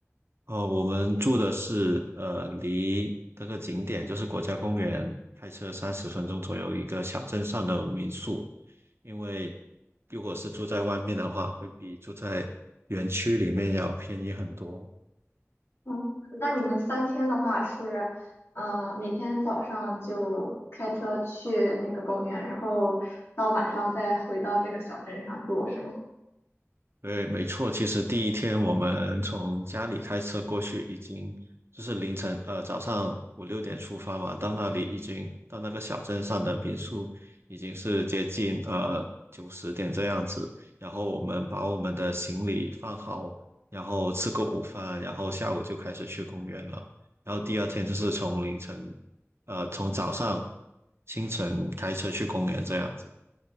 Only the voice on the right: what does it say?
哦，我们住的是呃离这个景点就是国家公园开车三十分钟左右一个小镇上的民宿，因为如果是住在外面的话，会比住在园区里面要便宜很多。
对，没错。其实第一天我们从家里开车过去，已经就是凌晨，呃，早上五六点出发嘛，到那里已经到那个小镇上的民宿，已经是接近呃九十点这样子。然后我们把我们的行李放好，然后吃个午饭，然后下午就开始去公园了。然后第二天就是从凌晨，呃，从早上清晨开车去公园这样子。